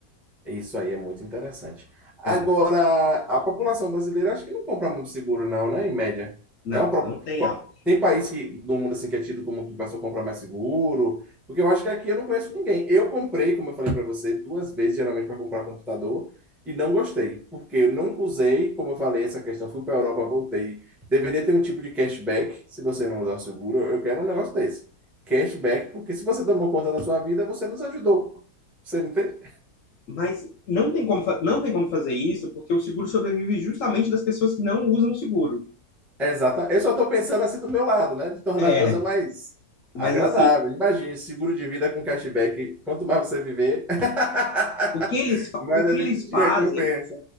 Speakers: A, in the centre; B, on the left.
A: Isso aí é muito interessante. Agora,
B: É.
A: a população brasileira acho que não compra muito seguro, não, né? Em média.
B: Não,
A: É um pro-
B: não tem
A: Qual-
B: áudio.
A: Tem país que, do mundo assim que é tido como que o pessoal compra mais seguro, porque eu acho que aqui eu não conheço ninguém. Eu comprei, como eu falei para você, duas vezes geralmente para comprar computador e não gostei, porque eu nunca usei, como eu falei, essa questão. Fui para Europa, voltei. Deveria ter um tipo de cashback se você não usar o seguro. Eu quero um negócio desse. Cashback, porque se você tomou conta da sua vida, você nos ajudou. Você me entende?
B: Mas não tem como, fa- não tem como fazer isso, porque o seguro sobrevive justamente das pessoas que não usam o seguro.
A: Exata. Eu só estou pensando assim do meu lado, né? De tornar
B: É,
A: a coisa mais
B: mas
A: agradável.
B: assim,
A: Imagine, seguro de vida com cashback. Quanto mais você viver, <laughs>
B: o que eles, fa-
A: mais
B: o que
A: a gente
B: eles
A: te
B: fazem,
A: recompensa.